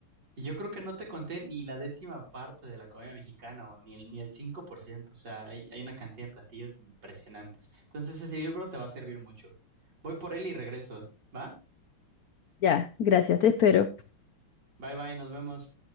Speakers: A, on the right (about 50°); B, on the left (about 75°).
A: Y yo creo que no te conté ni la décima parte de la comida mexicana o ni el, ni el 5%. O sea, hay, hay una cantidad de platillos impresionantes. Entonces, este libro te va a servir mucho. Voy por él y regreso, ¿va?
B: Ya, gracias, te espero.
A: Bye bye, nos vemos.